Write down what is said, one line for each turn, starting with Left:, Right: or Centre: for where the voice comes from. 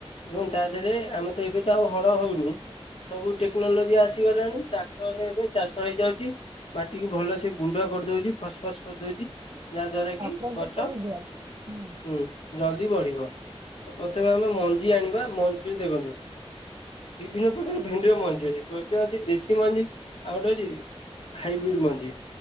Left: ଏବଂ ତା ଦେହରେ ଆମେ ତ ଏବେ ତ ଆଉ ହଳ ହଉନି! ସବୁ ଟେକ୍ନୋଲୋଜି ଆସିଗଲାଣି ଟ୍ରାକ୍ଟରରେ ଏବେ ଚାଷ ହେଇଯାଉଛି। ମାଟିକୁ ଭଲସେ ଗୁଣ୍ଡ କରିଦଉଛି ଫସ ଫସ୍ କରିଦଉଛି ଯାହାଦ୍ୱାରା କି
Right: ପ୍ରଯୁକ୍ତ
Left: ଗଛ
Right: ବିଦ୍ୟା ହଁ
Left: ହୁଁ ଜଲ୍ଦି ବଢିବ ପ୍ରଥମେ ଆମେ ମଞ୍ଜି ଆଣିବା ମଞ୍ଜି ଦେଖନ୍ତୁ ବିଭିନ୍ନ ପ୍ରକାର ଭେଣ୍ଡିର ମଞ୍ଜି ଅଛି ପ୍ରତ୍ଯ ଅଛି ଦେଶୀ ମଞ୍ଜି ଆଉ ଗୋଟେ ଅଛି ହାଇବ୍ରିଡ ମଞ୍ଜି